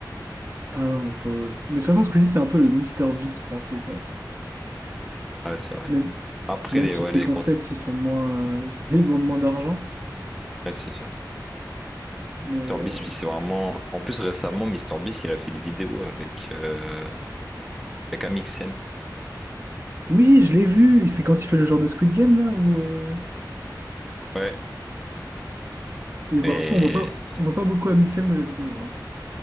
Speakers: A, on the right (about 35°); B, in the centre.
A: Ah non, mais faut. Mais de toute façon, Squeezie, c'est un peu le Mister Beast français, quoi.
B: Ouais, c'est vrai.
A: Même,
B: Après,
A: même
B: les,
A: si
B: ouais,
A: ses
B: les
A: concepts,
B: conseils.
A: ils sont moins. euh, <laughs> Ils demandent moins d'argent.
B: Ouais, c'est sûr.
A: Mais. euh,
B: Mr Beast, lui, c'est vraiment. En plus, récemment, Mr Beast, il a fait une vidéo avec, euh, avec Amixem.
A: Oui, je l'ai vu. C'est quand il fait le genre de Squid Game, là, où. euh,
B: Ouais.
A: Et
B: Et...
A: bah, après, on voit pas, on voit pas beaucoup MXM de la vidéo. hein.